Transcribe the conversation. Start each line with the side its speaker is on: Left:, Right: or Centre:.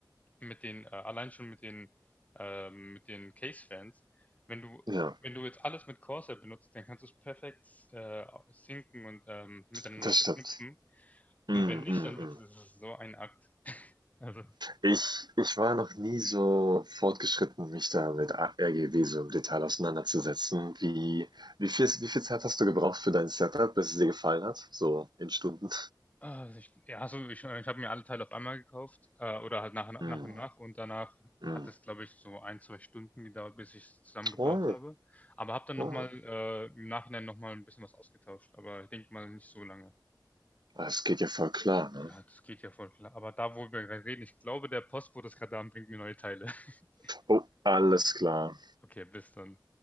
Left: mit den, äh, allein schon mit den, äh, mit den Case-Fans, wenn du,
Right: Ja,
Left: wenn du jetzt alles mit Corsair benutzt, dann kannst du es perfekt äh, sinken und ähm, miteinander
Right: das
Left: verknüpfen.
Right: stimmt.
Left: Und
Right: Hm,
Left: wenn nicht,
Right: hm,
Left: dann
Right: hm.
Left: wird es es ist so ein Akt. Also,
Right: Ich, ich war noch nie so fortgeschritten, mich da mit RGB so im Detail auseinanderzusetzen. Wie, wie viel, wie viel Zeit hast du gebraucht für dein Setup, bis es dir gefallen hat? So in Stunden.
Left: äh, ich, ja, also ich, ich habe mir alle Teile auf einmal gekauft äh, oder halt nach,
Right: Mhm.
Left: nach und nach und danach hat
Right: Mhm.
Left: es, glaube ich, so ein, zwei Stunden gedauert, bis ich es zusammengebaut
Right: Oh,
Left: habe. Aber habe dann nochmal
Right: oh.
Left: äh, im Nachhinein nochmal ein bisschen was ausgetauscht. Aber ich denke mal nicht so lange.
Right: Das geht ja voll klar, ne?
Left: Ja, das geht ja voll klar. Aber da, wo wir gerade reden, ich glaube, der Postbote ist gerade da und bringt mir neue Teile. <laughs>
Right: Oh, alles klar.
Left: Okay, bis dann.